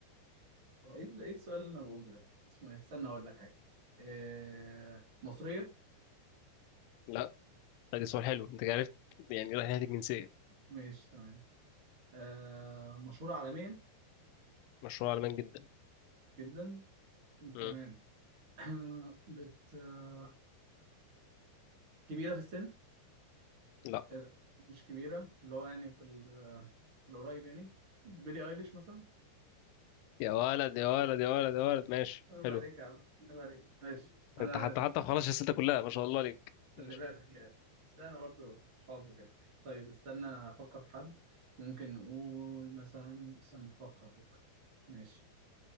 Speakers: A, on the right (about 30°); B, on the left (about 85°).
A: ايه ال- إيه السؤال اللي انا بقوله ده اسمه ايه استنى اقول لك حاجه آه... مصريه
B: لا ده سؤال حلو أنت عرفت يعني رايح ناحية الجنسية
A: ماشي تمام آه... مشهوره عالميا
B: مشروع على مان جدا
A: جدا
B: مم.
A: تمام <clears throat> بت آه، كبيره في السن
B: لا
A: آه، مش كبيره اللي هو يعني في ال... في القريب يعني بيلي ايليش مثلا
B: يا ولد يا ولد يا ولد يا ولد ماشي
A: عيب
B: حلو
A: عليك يا عم عيب عليك ماشي انا
B: انت حتى حتى خلاص الستة كلها ما شاء الله عليك
A: خلي
B: ماشي
A: بالك يعني بس انا برضه اصحابه كده طيب استنى افكر في حد ممكن نقول مثلا استنى افكر افكر ماشي